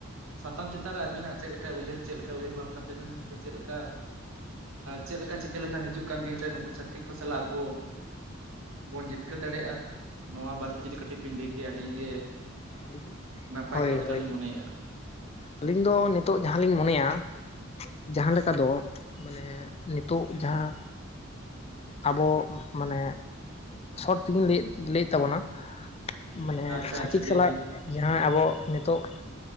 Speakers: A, on the right; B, on the left.
A: ᱥᱟᱛᱟᱢ ᱪᱮᱛᱟᱱ ᱨᱮ ᱟᱹᱵᱤᱱᱟᱜ ᱪᱮᱫ ᱞᱮᱠᱟ ᱩᱭᱦᱟᱹᱨ, ᱪᱮᱫ ᱞᱮᱠᱟ ᱩᱭᱦᱟᱹᱨ ᱵᱷᱟᱵᱽᱱᱟ ᱛᱟᱹᱵᱤᱱ ᱥᱮ ᱪᱮᱫ ᱞᱮᱠᱟ ᱪᱮᱫᱞᱮᱠᱟ ᱪᱤᱠᱟᱹ ᱞᱮᱠᱷᱟᱱ ᱦᱤᱡᱩᱜ ᱠᱟᱱ ᱫᱤᱱᱨᱮ ᱱᱩᱠᱩ ᱪᱷᱟᱹᱛᱤᱠ ᱠᱚ ᱥᱟᱞᱟᱜ ᱟᱵᱚ ᱵᱚᱱ ᱡᱤ- ᱛᱠᱟᱹᱨ ᱫᱟᱲᱮᱭᱟᱜ-ᱟ, ᱱᱚᱣᱟ ᱵᱟᱨᱮᱛᱮ ᱡᱩᱫᱤ ᱠᱟᱹᱴᱤᱡ ᱵᱤᱱ ᱞᱟᱹᱭ ᱠᱮᱭᱟ ᱟᱹᱰᱤ ᱜᱮ
B: ᱦᱳᱭ
A: ᱱᱟᱯᱟᱭ ᱠᱚᱜ ᱞᱮᱠᱟᱞᱤᱧ
B: ᱦᱳᱭ
A: ᱢᱚᱱᱮᱭᱮᱫ-ᱟ᱾
B: ᱟᱹᱞᱤᱧ ᱫᱚ ᱱᱤᱛᱚᱜ ᱡᱟᱦᱟᱸᱞᱤᱧ ᱢᱚᱱᱮᱭᱟ ᱡᱟᱦᱟᱸ ᱞᱮᱠᱟ ᱫᱚ ᱢᱟᱱᱮ ᱱᱤᱛᱚᱜ ᱡᱟᱦᱟᱸ ᱟᱵᱚ ᱢᱟᱱᱮ ᱥᱚᱴ ᱛᱮᱜᱮᱧ ᱞᱟᱹᱭ ᱞᱟᱹᱭᱮᱫ ᱛᱟᱵᱚᱱᱟ ᱢᱟᱱᱮ
A: ᱟᱪᱪᱷᱟ
B: ᱪᱷᱟᱹᱛᱤᱠ
A: ᱟᱪᱪᱷᱟ ᱞᱟᱹᱭ ᱵᱤᱱ
B: ᱡᱟᱦᱟᱸᱭ ᱟᱵᱚ ᱱᱤᱛᱚᱜ